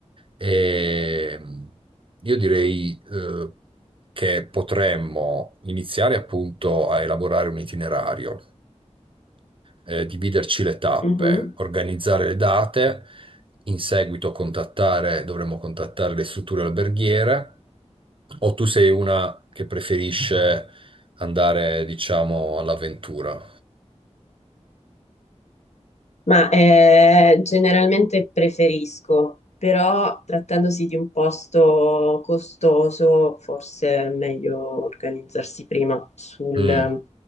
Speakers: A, on the right; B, on the left.
A: E io direi, eh, che potremmo iniziare appunto a elaborare un itinerario. eh, dividerci le tappe,
B: Mhm.
A: organizzare le date, in seguito contattare, dovremmo contattare le strutture alberghiere, o tu sei una che preferisce andare, diciamo, all'avventura?
B: Ma eh, generalmente preferisco, però trattandosi di un posto costoso, forse è meglio organizzarsi prima sul,
A: Mm,